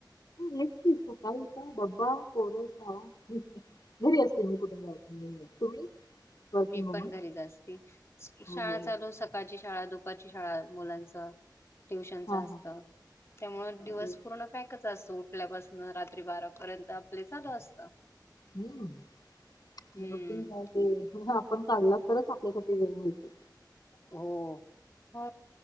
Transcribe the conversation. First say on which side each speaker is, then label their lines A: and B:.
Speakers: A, on the left; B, on the left.
A: निसती सुकाळी उठा डब्बा पोर शाळा. घरी असते मी कुठ जॉब नाहीये. तुम्ही? वर्किंग
B: मी
A: वुमन?
B: पण घरीच असती शाळा
A: हो हो
B: चालू
A: हो.
B: सकाळची शाळा दुपारची शाळा. मुलाच ट्युशन
A: हां
B: च असत,
A: हां.
B: त्यामुळे दिवस
A: ते
B: पूर्ण पॅकच. सासू उठल्यापासन रात्री बारापर्यंत आपले चालू असत.
A: हम्म
B: हम्म
A: रुटीन काय ते. पण काडला तरच आपल्यासाठी वेळ मिळतोय.
B: हो. हो